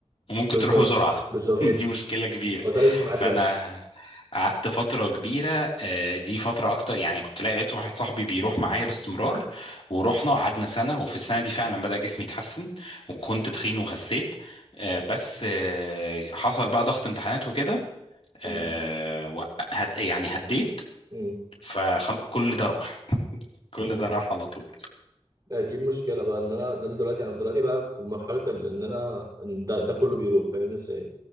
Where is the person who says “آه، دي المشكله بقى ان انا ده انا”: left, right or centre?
Right